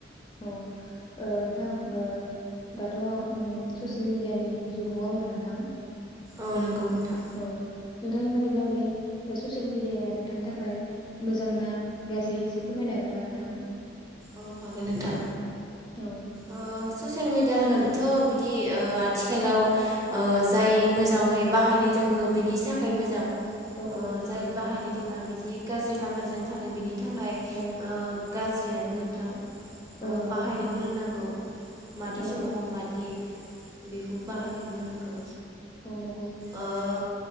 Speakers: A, on the left (about 25°); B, on the right (about 20°).
A: औ ओ नोंथां ओ दाथ' ससिल मिडियानि जुग नङा होमब्ला नोंथां?
B: औ नंगौ नोंथां
A: औ नोंथांनि बादिब्ला बे ससियेल मिडियाया नोंथांनि थाखाय मोजां ना गाज्रि एसे फोरमायनो हागोन नामा नोंथां
B: औ हागोन नोंथां
A: औ
B: ओ ससियेल मेडिया होनोबाथ' बिदि ओ आथिखालाव ओ जाय मोजाङै
A: औ
B: बाहायनो रोंगो बिनि थाखाय मोजां
A: औ
B: ओ
A: औ नंगौ
B: जाय
A: नोंथां
B: बाहायनो रोङा बिदि गाज्रि लामाजों थाङो बिनि थाखाय
A: औ
B: ओ गाज्रियानो नोंथां
A: औ नंगौ
B: बाहायनोबो
A: नोंथां
B: रोंनांग मादि
A: औ
B: समाव
A: औ
B: मादि बेखौ बाहायनोबो
A: औ
B: रोंनांगौ
A: औ नंगौ
B: ओ ओ